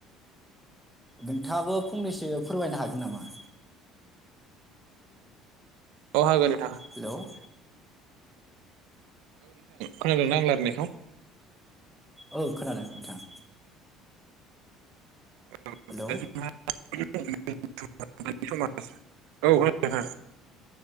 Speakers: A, in the centre; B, on the right.
A: नोंथाङाबो फंनैसो फोरमायनो हागोन नामा?
B: अह हागोन ओ।
A: हेल'?
B: खोनादों ना आं लारायनायखौ?
A: औ खोनादों नोंथां।
B: <unintelligible>
A: हेलौ
B: <unintelligible> औ <unintelligible>